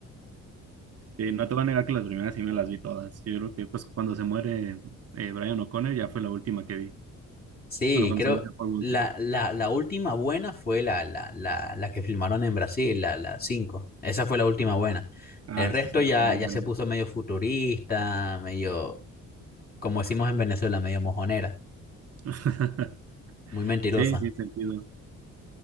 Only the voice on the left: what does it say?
Sí,
creo
la, la, la última buena fue la, la, la, la que filmaron en Brasil, la, la 5. Esa fue la última buena.
El resto
ya,
ya
se puso medio futurista, medio, como decimos en Venezuela, medio mojonera,
muy mentirosa.